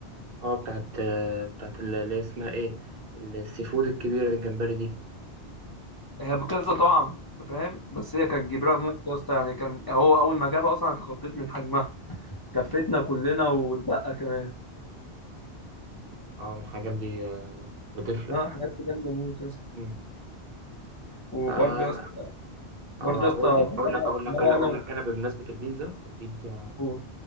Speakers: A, on the right; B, on the left.
A: اه بتاعت آه، بتاعت اللي هي اسمها ايه السي فود الكبيرة الجمبري دي
B: هي بكذا طعم أنت فاهم بس هي كانت كبيرة موت يا اسطى يعني كان هو أول ما جابها أصلا أنا اتخضيت من حجمها كفتنا كلنا واتبقى كمان
A: اه من الحاجات دي آه، بتفرق
B: ها حاجات جامدة موت يا اسطى
A: مم.
B: وبرضو
A: اه
B: يا اسطى برضو
A: آه،
B: يا
A: اقول
B: اسطى
A: لك اقول
B: مرة
A: لك اقول لك
B: مرة
A: اقول
B: أنا
A: لك انا بمناسبة البيتزا البيتزا
B: و...